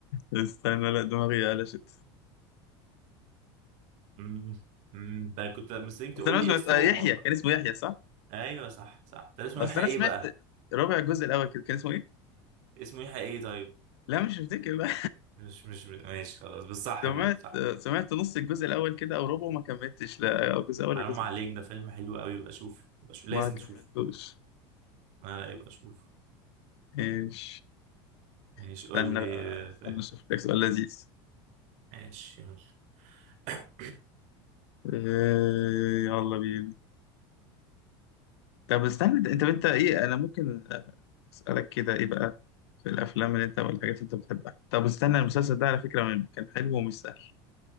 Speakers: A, on the left (about 85°); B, on the right (about 60°).
A: استنى لا دماغي قلشت
B: امم امم ده كنت مستنيك تقول
A: بس انا
B: لي
A: سمعت
B: اسمه
A: آه، يحيى
B: وما...
A: كان اسمه يحيى صح؟
B: ايوه صح صح طب اسمه
A: اصل
B: يحيى
A: انا
B: ايه
A: سمعت
B: بقى
A: ربع الجزء الاول كده كان اسمه ايه؟
B: اسمه يحيى ايه طيب
A: لا مش هفتكر بقى
B: مش مش ماشي خلاص بس صح
A: سمعت
B: برضه صح
A: سمعت نص الجزء الاول كده او ربعه ما كملتش لا او الجزء الاول ولا
B: حرام
A: الجزء
B: عليك
A: الثاني
B: ده فيلم حلو قوي يبقى شوف يبقى شوف
A: ما
B: لازم
A: كملتوش
B: تشوفه لا لا يبقى شوف
A: ايش
B: ماشي
A: استنى
B: قول لي
A: بقى
B: آه، فيلم
A: استنى اشوف لك سؤال لذيذ
B: ماشي يلا <coughs>
A: إيه يلا بينا طب استنى انت انت انت ايه انا ممكن اسالك كده ايه بقى في الافلام اللي انت والحاجات اللي انت بتحبها طب استنى المسلسل ده على فكره من- كان حلو ومش سهل